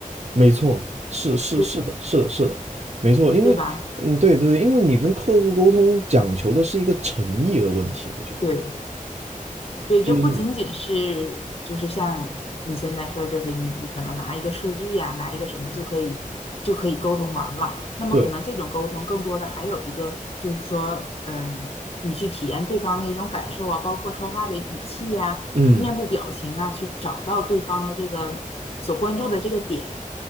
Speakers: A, on the right; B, on the left.
A: 没错，是是是的，
B: 对
A: 是的，是的，没错，因为，
B: 对吧？
A: 嗯，对对对，因为你跟客户沟通讲求的是一个诚意的问题，我觉得
B: 对对，
A: 就是你
B: 就不仅仅是就是像你现在说，就是你你可能拿一个数据啊，拿一个什么就可以就可以沟通完了。那么可能这种沟通更多的还有一个就是说，
A: 对，
B: 嗯，你去体验对方的一种感受啊，包括说话的语气呀、
A: 嗯，
B: 面部表情啊，去找到对方的这个所关注的这个点。